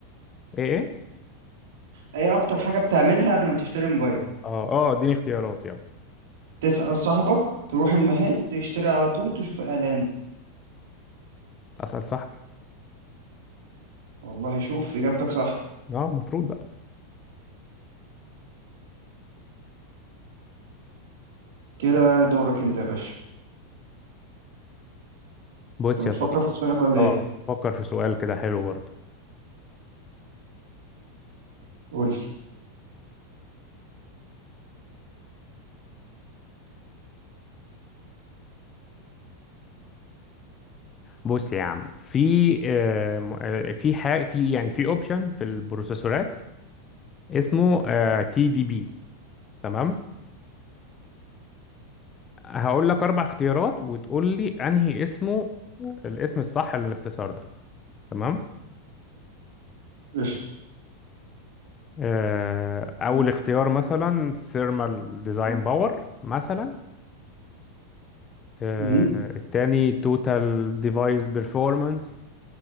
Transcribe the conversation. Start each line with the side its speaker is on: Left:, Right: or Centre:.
Left: إيه إيه
Right: إيه أكتر حاجة بتعملها قبل ما تشتري موبايل؟
Left: أه أه إديني اختيارات يلا
Right: تسأل صاحبك تروح المحل تشتري على طول تشوف إعلان
Left: أسأل صاحبي
Right: والله شوف إجابتك صح
Left: أه المفروض بقى
Right: كده دورك أنت يا باشا
Left: بص
Right: أنت
Left: يا
Right: بتفكر
Left: صديقي
Right: في السؤال ولا
Left: أه
Right: إيه؟
Left: فكر في سؤال كده حلو برضه
Right: قول لي
Left: بص يا عم في آه م- آه، في حاجة في يعني في أوبشن في البروسيسورات اسمه تي دي بي تمام هقول لك اربع اختيارات وتقول لي انهي اسمه الاسم الصح للاختصار ده تمام
Right: قشطة
Left: آه، اول اختيار مثلا ثيرمال ديزاين باور مثلا آه،
Right: مم.
Left: التاني توتال ديفايس بيرفورمانس